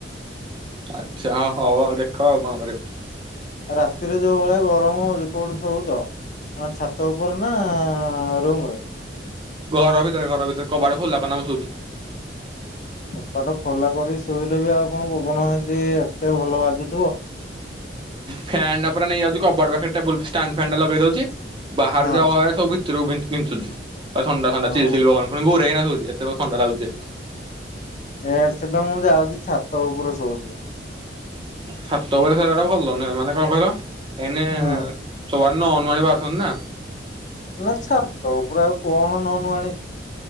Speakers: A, on the right; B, on the left.
A: ଆଛା ହଉ ହଉ ଆଉ ଦେଖ ଆଉ କଣ କରିବା ।
B: ଆଉ ରାତିରେ ଯୋଉ ଭଳିଆ ଗରମ ହଉଛି କୋଉଠି ସୋଉଚ। ହ ଛାତ ଉପରେ ନା ରୁମରେ ।
A: ଘର ଭିତରେ ଘର ଭିତରେ କବାଟ ଖୋଲା କରିକିନା ଶୋଉଚି ।
B: କପାଟ ଖୋଲା କରି ଶୋଇଲେ ବି ଆଉ କଣ ପବନ ଏତେ ଭଲ ବାଜୁଥିବ ।
A: ଫ୍ୟାନ ଉପରେ ନେଇଯାଉଛି କବାଡ ପାଖରେ ଟେବୁଲ୍ ଷ୍ଟାଣ୍ଡଫ୍ୟାନ ଟା ଲଗେଇ ଦଉଛି ବାହାରେ
B: ହଁ
A: ଯାହା ହବା ସବୁ ଭିତରେକୁ ପିଞ୍ଚୁଚି ଥଣ୍ଡାଥଣ୍ଡା
B: ହଁ
A: ଚ ଚିଲ ପଣି ଘରୋଇ ହେଇକିନା ହଉଛି ଏତେକ ଥଣ୍ଡା ଲାଗୁଚି ଯେ
B: ଏ ସେ ତ ମୁଁ ଯାଉଛି ଛାତ ଉପରୁ ଶଉଛି
A: ଛାତଉପରେ ବୋଲି ସ ଭଲଲ ନୁହେଁ ମାନେ କଣ କହିଲ ଏଇନେ
B: ହଁ
A: ସବ ନା ଅମାନାନୀ ବାସନ ନା
B: ନା ଛାତ ଉପରେ ଆଉ କଣ ନନୁ ଆଣି ।